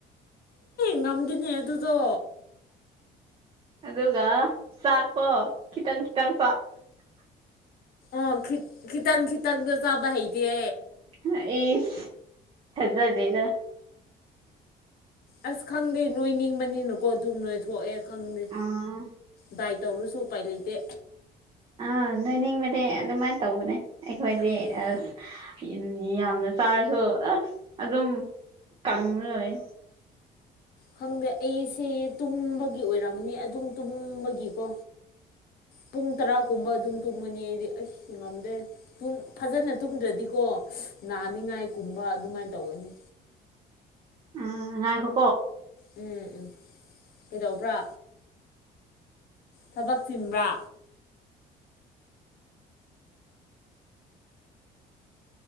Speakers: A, on the left; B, on the right.
A: ꯉꯝꯗꯤꯅꯦ ꯑꯗꯨꯗꯣ
B: ꯑꯗꯨꯒ ꯆꯥꯛꯄꯣ ꯈꯤꯇꯪ ꯈꯤꯇꯪ
A: ꯑꯣꯈꯤ ꯈꯤꯇꯪ ꯈꯤꯇꯪꯗ ꯆꯥꯕ ꯍꯩꯇꯦ
B: <unintelligible> ꯍꯖꯗꯦꯔ
A: ꯑꯁ ꯈꯪꯗꯦ ꯅꯣꯏ ꯅꯤꯡꯕꯅꯤꯅꯀꯣ ꯑꯗꯨꯝ ꯅꯣꯏ ꯊꯣꯛꯑꯦ ꯈꯪꯗꯦ
B: ꯑꯥ
A: ꯗꯥꯏ ꯇꯧꯔꯨꯁꯨ ꯎꯄꯥꯏ ꯂꯩꯗꯦ
B: ꯑꯥ ꯅꯣꯏꯅꯤꯡꯕꯗꯤ ꯑꯗꯨꯃꯥꯏꯅ ꯇꯧꯕꯅꯦ ꯑꯩꯈꯣꯏꯗꯤ
A: ꯎꯝ
B: ꯑꯁ ꯌꯥꯝꯅ ꯆꯥꯔꯁꯨ ꯑ ꯑꯗꯨꯝ ꯀꯪꯉꯒꯥ ꯂꯩ
A: ꯈꯪꯗꯦ ꯑꯩꯁꯦ ꯇꯨꯝꯕꯒꯤ ꯑꯣꯏꯔꯝꯅꯤ ꯑꯗꯨꯝ ꯇꯨꯝꯕꯒꯤꯀꯣ ꯄꯨꯡ ꯇꯔꯥꯒꯨꯝꯕ ꯑꯗꯨꯝ ꯇꯨꯝꯒꯅꯤ ꯑꯩꯗꯤ ꯑꯥꯁ ꯉꯝꯗꯦ ꯐꯖꯅ ꯇꯨꯝꯗ꯭ꯔꯗꯤꯀꯣ ꯅꯥꯅꯤꯡꯉꯥꯏ ꯀꯨꯝꯕ ꯑꯗꯨꯃꯥꯏꯅ ꯇꯧꯋꯅꯤ
B: ꯎꯝ ꯉꯏꯈꯣ
A: ꯎꯝ ꯎꯝ ꯀꯩꯗꯧꯕ꯭ꯔꯥ ꯊꯕꯛ ꯆꯤꯟꯕ꯭ꯔꯥ